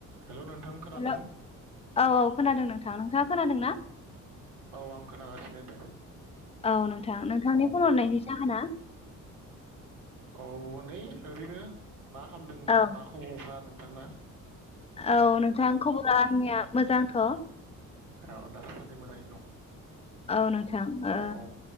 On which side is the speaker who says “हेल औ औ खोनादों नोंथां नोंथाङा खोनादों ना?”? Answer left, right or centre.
Left